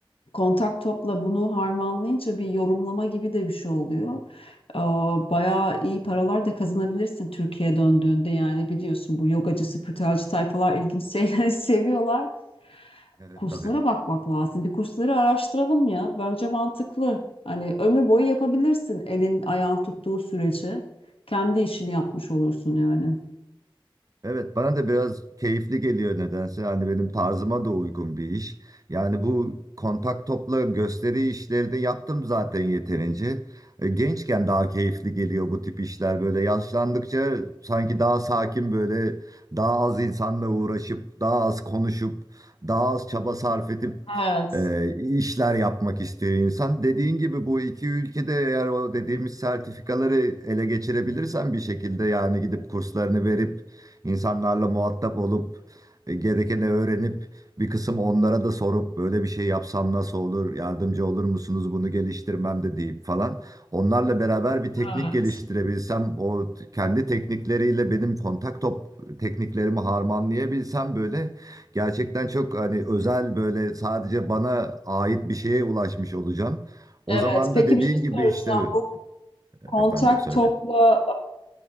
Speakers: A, on the left (about 85°); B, on the right (about 40°).
A: kontak topla bunu harmanlayınca bir yorumlama gibi de bir şey oluyor. Ee, Bayağı iyi paralar da kazanabilirsin Türkiye'ye döndüğünde yani biliyorsun bu yogacı, spiritüelci tayfalar ilginç şeyleri <laughs> seviyorlar.
B: Evet
A: Kurslara
B: tabii.
A: bakmak lazım. Bir kursları araştıralım ya. Bence mantıklı. Hani ömür boyu yapabilirsin elin ayağın tuttuğu sürece. Kendi işini yapmış olursun yani.
B: Evet bana da biraz keyifli geliyor nedense. Hani benim tarzıma da uygun bir iş. Yani bu kontak topla gösteri işleri de yaptım zaten yeterince. E, Gençken daha keyifli geliyor bu tip işler böyle. Yaşlandıkça sanki daha sakin böyle daha az insanla uğraşıp daha az konuşup daha az çaba sarf edip
A: Evet,
B: e, işler yapmak istiyor insan. Dediğin gibi bu iki ülkede eğer o dediğimiz sertifikaları ele geçirebilirsen bir şekilde yani gidip kurslarını verip İnsanlarla muhatap olup e, gerekeni öğrenip bir kısım onlara da sorup böyle bir şey yapsam nasıl olur, yardımcı olur musunuz bunu geliştirmemde deyip falan. Onlarla beraber bir teknik
A: evet,
B: geliştirebilsem, o t- kendi teknikleriyle benim kontak top tekniklerimi harmanlayabilsem böyle gerçekten çok hani özel böyle sadece bana ait bir şeye ulaşmış olacağım. O
A: evet.
B: zaman
A: Peki
B: da dediğin
A: bir şey soracağım.
B: gibi işte
A: Bu kontak
B: efendim söyle.
A: topla